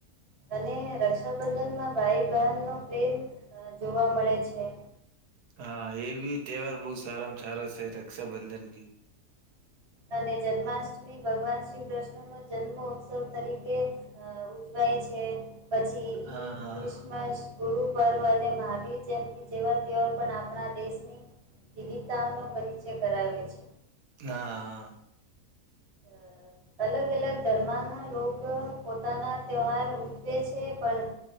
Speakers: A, on the right; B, on the right.
A: અને રક્ષાબંધનમાં ભાઈ બહેન નો પ્રેમ જોવા મળે છે
B: હા એ ભી તહેવાર બહુ સારામાં સારો છે રક્ષાબંધન ભી
A: અને જન્માષ્ટમી ભગવાન શ્રી કૃષ્ણ નો જન્મ ઉત્સવ તરીકે અ ઉજવાય છે પછી
B: હા.
A: ઈદ ક્રિષણ મ ગુરુ પર્વ અને મહાવીર જયંતિ જેવા તેવાર પણ આપણા દેશની વિવિધતાઓ નો પરિચય કરાવે છે.
B: ના
A: અ અલગ અલગ ધર્મ ના લો પોતાના તહેવાર ઉજવે છે પણ